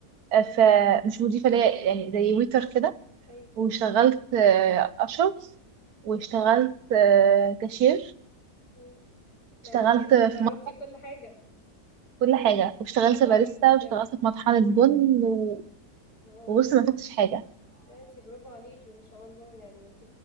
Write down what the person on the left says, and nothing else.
اه
ايوه
مم. ده
انت جربتي
كل حاجة
برافو
عليكي بجد
واو
لا انت برافو عليكي ما شاء الله يعني انت